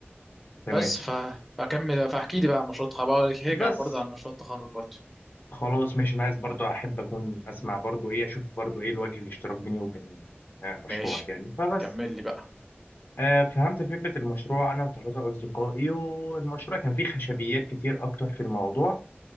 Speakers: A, on the left; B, in the centre.
A: تمام
B: بس ف... فكمل فاحكي لي بقى عن مشروع التخرج بقى هرجع
A: بس
B: برضه عن مشروع التخرج برضه
A: خلاص ماشي انا عايز برضو احب اكون اسمع برضو ايه اشوف برضو ايه الوجه الاشتراك بيني وبين آه، مشروعك
B: ماشي
A: يعني فبس
B: كمل لي بقى
A: آه، فهمت فكره المشروع انا وثلاثه اصدقائي والمشروع كان فيه خشبيات كتير اكتر في الموضوع